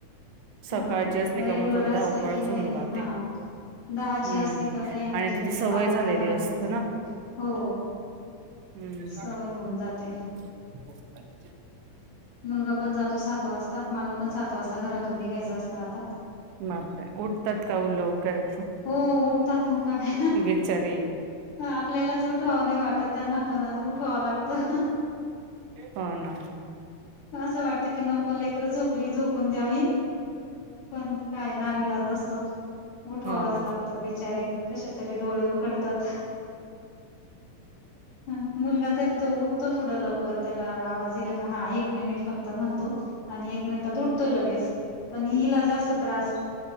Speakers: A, on the right; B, on the left.
A: सकाळची
B: हा
A: असली का
B: रेगुलर
A: मग थोडी धावपळच
B: असला की काही
A: होऊन
B: नाही
A: जाते
B: हा दहाची
A: हम्म
B: असली का काही म्हणजे
A: आणि
B: मी
A: ती सवय
B: पावणे
A: झालेली
B: दहाला
A: असते
B: निघते
A: ना
B: हो
A: हम्म
B: सवय होऊन जाते.
A: <inaudible>
B: मुलगा पण जातो सात वाजता मला पण सात वाजता घरातून निघायच असतं आता
A: मग काय उठतात का ओ लवकर
B: हो उठतात मग काय
A: बिचारी
B: आपल्यालाच उठावं नाही वाटत, त्यांना पण आता उठवावं लागतं.
A: हो ना
B: पण असं वाटतं की नको, लेकर झोपली झोपून द्यावी पण काय नाविलाज असतो. उठवावाच
A: हो ना
B: लागत बिचारे कशेतरी डोळे उघडतात. ह मुलगा तरी तो उठतो थोडा लवकर त्याला आवाज दिला का हा एक मिनिट फक्त म्हणतो आणि एक मिनिटात उठतो लगेच पण हिला जास्त त्रास